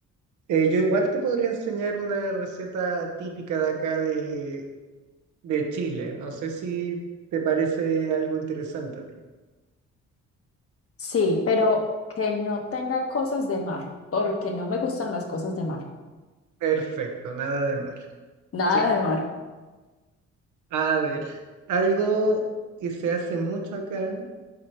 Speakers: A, on the right (about 80°); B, on the left (about 50°).
A: Eh, yo igual te podría enseñar una receta típica de acá de, de Chile. No sé si te parece algo interesante a ti.
B: Sí, pero que no tenga cosas de mar, porque no me gustan las cosas de mar.
A: Perfecto, nada de mar.
B: Nada
A: Sí.
B: de mar.
A: A ver, algo que se hace mucho acá,